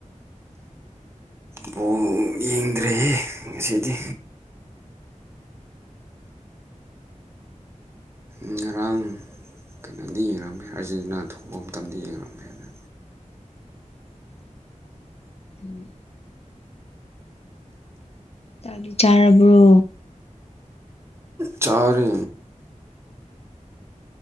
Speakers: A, on the right; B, on the left.
A: ꯕꯣꯜ ꯌꯦꯡꯗ꯭ꯔꯦꯍꯦ ꯉꯁꯤꯗꯤ ꯉꯔꯥꯡ ꯀꯩꯅꯣꯗꯤ ꯌꯦꯡꯉꯝꯃꯦ ꯑꯥꯔꯖꯦꯟꯇꯤꯅꯥ ꯊꯣꯛꯄ ꯃꯇꯝꯗ ꯌꯦꯡꯝꯃꯦꯅ
B: <inaudible> ꯎꯝ ꯆꯗꯤ ꯆꯥꯔꯕ꯭ꯔꯣ
A: ꯆꯔꯦ